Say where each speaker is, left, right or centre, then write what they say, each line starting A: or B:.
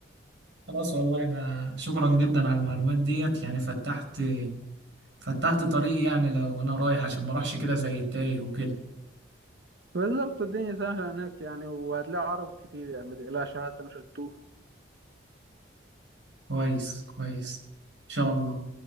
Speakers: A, on the right; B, on the right.
A: خلاص والله ده شكرا جدا على المعلومات ديت يعني فتحت فتحت طريقي يعني لو انا رايح عشان ما اروحش كده زي التايه وكده
B: بالظبط الدنيا سهلة هناك يعني وهتلاقي عرب كتير يعني ما تقلقش حتى مش هتتوه
A: كويس كويس ان شاء الله